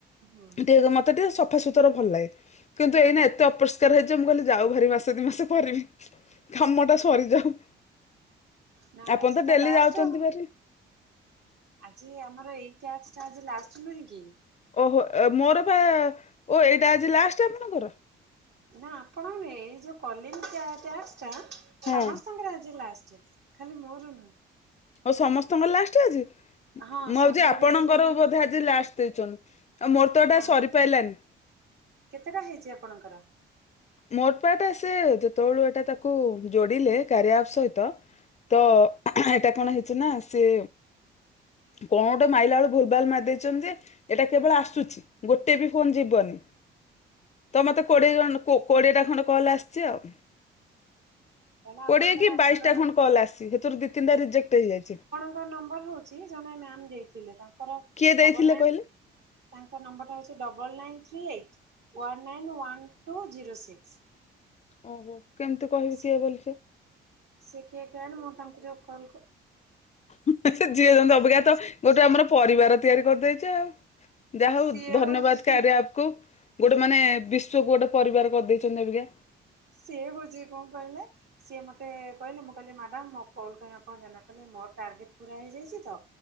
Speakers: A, on the right (about 60°); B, on the left (about 35°).
A: ହୁଁ
B: ଟିକେ ମତେ ତେ ସଫାସୁତୁରା ଭଲ ଲାଗେ ଏବେ ଏଇନା
A: ଆଜ୍ଞା।
B: ଏତେ ଅପରିଷ୍କାର ହେଇ ଛି ଯେ ମୁଁ କହିଲି ଯାଉ ଭାରି ମାସେ ଦୁଇ ମାସ କରିବି କାମ ଟା ସରିଯାଉ।
A: ନା
B: ଆପଣ
A: ଆଜି
B: ତ ଡେଲି
A: ଲାଷ୍ଟ
B: ଯାଉଛନ୍ତି
A: ଆଉ
B: ବେରି।
A: ଆଜି ଆମର ଏଇ ଟାସ୍କ ଟା ଲାଷ୍ଟ ନୁହେଁ କି?
B: ଓହୋ ମୋରବା ଓ ଏଇଟା ଆଜି ଲାଷ୍ଟ ଆପଣଙ୍କର?
A: ନା ଆପଣ ଏଇ ଯୋଉ କଲିଙ୍ଗ ଟାସ୍କ ଟାସ୍କଟା
B: ହଁ
A: ସମସ୍ତଙ୍କର ଆଜି ଲାଷ୍ଟ। ଖାଲି ମୋର ନୁହେଁ।
B: ହଉ ସମସ୍ତଙ୍କର ଲାଷ୍ଟ ଆଜି ମୁଁ
A: ହଁ
B: ଭାବୁଛି
A: ସଣ୍ଡେ
B: ଆପଣଙ୍କର
A: ଦେଇଥିଲେ ମ୍ୟାମ୍
B: ବୋଧେ ଆ ଜି ଲାଷ୍ଟ ଦେଇଛନ୍ତି ଆଉ ମୋର ତ ଏଟା
A: ନା
B: ସରିପାଇଲାନି।
A: କେତେଟା ହେଇଛି ଆପଣଙ୍କର?
B: ମୋର ପା ଟା ସେ ଯେତେବେଳୁ ଏଟା ତାକୁ ଯୋଡିଲେ କାରିଆପ୍ ସହିତ ତ
A: ହୁଁ
B: ଏଇଟା କଣ ହେଇଛି ନା ସେ କଣ ଟା ମାଇଲା ବେଳୁ ଭୁଲ ଭାଲ୍ ମାରି ଦେଇଛନ୍ତି ଯେ ଏଇଟା କେବଳ ଆସୁଛି। ଗୋଟେ ବି ଫୋନ୍ ଯିବନି।
A: ହ
B: ତମେତ କୋଡିଏ ଜଣ କୋ କୋଡିଏ ଟା ଖଣ୍ଡେ କଲ ଆସିଛି ଆଉ।
A: ତାହେଲେ ଆପଣଙ୍କର
B: କୋଡିଏ କି
A: ଆସିବାର
B: ବାଇଶଟା ଖଣ୍ଡ କଲ୍ ଆସି ସେଥିରୁ ଦି, ତିନିଟା ରିଜେକ୍ଟ ହେଇଯାଇଛି।
A: ଫୋନ୍ ନମ୍ବରରୁ ହଉଛି ଜଣେ ମ୍ୟାମ୍ ଦେଇଥିଲେ ତାଙ୍କର
B: କିଏ ଦେଇଥିଲେ
A: ଡବଲନାଇନ୍
B: କହିଲେ?
A: ତାଙ୍କ ନମ୍ବର ହଉଛି double nine three eight one nine one two zero six
B: ଓହୋ କେମିତି କହିବି
A: ସେ
B: କିଏ ବୋଲି ସିଏ।
A: ସେ କିଏ କେଣ ମୁଁ ତାଙ୍କୁ ଯଉ କଲ୍
B: ହୁଁ ଯେଉଁ ଅବଜ୍ଞା ତ ଗୋଟେ ଆମର ପରିବାର ତିଆରି କରିଦେଇଛି ଆଉ ଯା ହେଉ
A: ସିଏ
B: ଧନ୍ୟବାଦ୍
A: ହଉଛି
B: କାର୍ଯ୍ୟା ଆପ୍ କୁ ଗୋଟେ ମାନେ ବିଶ୍ଵକୁ ଗୋଟେ ପରିବାର କରିଦେଇଛନ୍ତି ଅବିକା।
A: ସିଏ ହଉଛି କଣ କହିଲେ ସିଏ ମୋତେ କହିଲେ ମୁଁ କହିଲି ମ୍ୟାଡାମ ମ କଲ୍ କହି ଆପଣ ଜ କହେ ମୋର ଟାର୍ଗେଟ ପୁରା ହେଇଯାଇଛି ତ